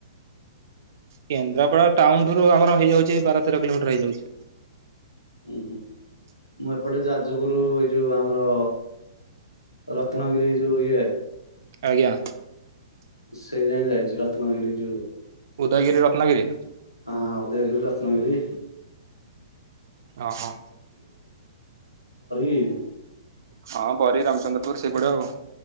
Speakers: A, on the right; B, on the left.
A: କେନ୍ଦ୍ରାପଡା ଟାଉନୁ ଠାରୁଆମର ହେଇଯାଉଛି ବାର ତେର କିଲୋମିଟର ହେଇଯାଉଛି।
B: ଉଁ ହୁଁ ମୁଁ ଏପଟେ ଯାଜପୁର ଏଇ ଯୋଉ ଆମର ରତ୍ନାଗିରି ଯଉ ଇଏ
A: ଆଜ୍ଞା।
B: ସେଇ ଯାଏଁ ଯାଇଛି ରତ୍ନଗିରି ଯୋଉ
A: ଉଦୟଗିରି ରତ୍ନାଗିରି।
B: ହଁ ଉଦୟଗିରି ରତ୍ନଗିରି।
A: ଓହୋ
B: <unintelligible>
A: ହଁ ବରୀ ରାମଚନ୍ଦ୍ରପୁର ସେଇପଟେ ଆଉ।